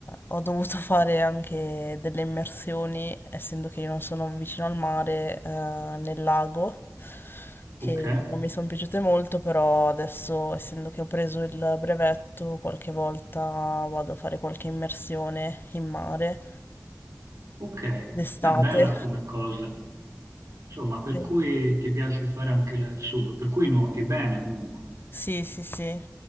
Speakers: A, on the left; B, on the right.
A: ho dovuto <laughs> fare anche delle immersioni, essendo che io non sono vicino al mare, eh, nel lago, che
B: ok,
A: non mi sono piaciute molto, però adesso, essendo che ho preso il brevetto, qualche volta vado a fare qualche immersione in mare
B: ok,
A: d'estate.
B: Beh, bella come cosa. Insomma, per
A: Sì,
B: cui ti piace fare anche la- il sub, per cui nuoti bene comunque.
A: sì, sì, sì.